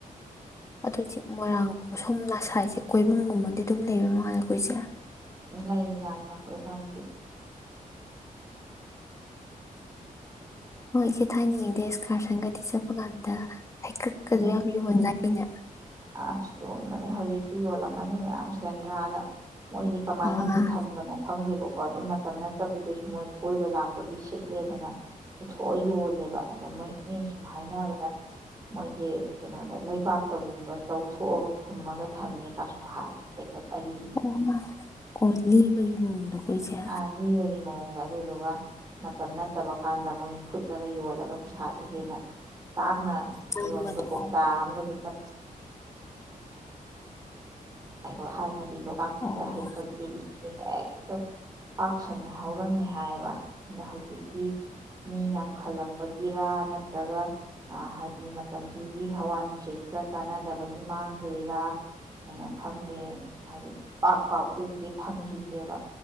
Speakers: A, on the left; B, on the right.
A: ꯑꯗꯨꯏꯁ ꯃꯣꯏꯔꯥꯡꯒꯨꯝꯕ ꯁꯣꯝ ꯅꯁꯥꯏꯁꯦ ꯀꯣꯏꯕꯨꯝꯒꯨꯝꯕꯗꯤ ꯑꯗꯨꯝ ꯂꯩꯕ ꯃꯉꯥꯂꯗꯦ ꯑꯩꯈꯣꯏꯁꯦ
B: ꯂꯩ ꯌꯥꯝꯅ ꯀꯣꯏꯐꯝꯗꯤ
A: ꯍꯣꯏ ꯏꯆꯦ ꯊꯥꯏꯅꯤꯡꯉꯤꯗꯦ ꯏꯁꯀꯥꯔꯁꯟꯒꯗꯤ ꯆꯠꯄ ꯀꯥꯟꯗ ꯍꯩꯀꯛꯀꯗꯣ
B: ꯎꯝ
A: ꯌꯥꯝ ꯌꯨꯝꯃꯟꯅ ꯑꯩꯅꯦ
B: ꯑꯁ ꯌꯣꯟꯕꯅꯤ ꯍꯧꯖꯤꯛꯁꯨ ꯌꯣꯜꯂꯝꯃꯅꯤ ꯃꯌꯥꯝ ꯁꯦꯟꯗ꯭ꯔꯥꯗ ꯃꯣꯏꯗꯤ ꯀꯃꯥꯏꯅ
A: ꯑꯥ
B: ꯑꯃꯕꯨꯛ ꯊꯝꯝꯕꯅꯣ ꯈꯪꯒꯦꯕ ꯀꯣ ꯑꯗꯨꯝ ꯃꯇꯝ ꯅꯠꯇꯕꯗꯁꯨ ꯃꯣꯏ ꯀꯣꯏꯕ ꯂꯥꯛꯄꯒꯤ ꯁꯤꯠꯂꯦꯗꯅ ꯄꯨꯊꯣꯛꯑ ꯌꯣꯜꯂꯦꯕ ꯑꯗ ꯃꯣꯏ ꯃꯤꯅ ꯁꯨꯝ ꯍꯥꯏꯅꯕꯗ ꯃꯣꯏꯗꯤ ꯀꯩꯅꯣꯗ ꯂꯩꯕꯥꯛꯇꯒꯨꯝꯕ ꯇꯧꯊꯣꯛꯑꯒ ꯐꯨꯝꯃꯒ ꯊꯝꯃꯦ ꯀꯁꯨ ꯍꯥꯏ ꯍꯀ ꯑꯔꯤꯕꯗꯨ
A: ꯑꯥ ꯀꯣ ꯂꯤꯕꯒꯤ ꯃꯑꯣꯡꯗꯀꯣ ꯏꯆꯦ
B: ꯑꯔꯤꯕꯒꯤ ꯃꯑꯣꯡ ꯑꯗꯨꯗꯨꯒ ꯃꯇꯝ ꯅꯠꯇꯕ ꯀꯥꯟꯗ ꯃꯣꯏ ꯐꯨꯠꯂꯒ ꯌꯣꯜꯂꯒ ꯄꯩꯁꯥꯗꯨꯣ ꯍꯦꯟꯅ ꯇꯥꯡꯅ
A: ꯉꯥꯡꯕꯗꯣ
B: ꯌꯣꯟꯕꯗ ꯀꯧꯇꯥ
A: ꯑꯣ
B: ꯑꯃꯗ ꯂꯨꯄꯥ ꯍꯥꯏ ꯍꯥꯏꯅꯗꯤ ꯂꯣꯛꯇꯥꯛꯁꯤꯗ
A: ꯑꯣ
B: ꯍꯩꯀꯛ ꯏꯜꯂꯤꯒꯦ ꯍꯦꯛ ꯄꯁꯟꯅ ꯍꯧꯔꯝꯃꯦ ꯍꯥꯏꯌꯦꯕ ꯑꯗ ꯍꯧꯖꯤꯛ ꯃꯤ ꯌꯥꯝꯈꯜꯂꯛꯄ ꯒꯤꯔꯥ ꯅꯠꯇ꯭ꯔꯒ ꯍꯥꯏꯗꯤ ꯃꯇꯝꯁꯤꯒꯤ ꯍꯋꯥ ꯅꯨꯡꯁꯤꯠꯀ ꯆꯥꯟꯅꯗꯕꯒꯤ ꯃꯥꯡꯈ꯭ꯔꯤꯔꯥ ꯀꯩꯅꯣ ꯈꯪꯗꯦ ꯍꯥꯏꯗꯤ ꯄꯥꯛ ꯄꯥꯛꯎꯒꯦ ꯐꯪꯈꯤꯗ꯭ꯔꯦꯕ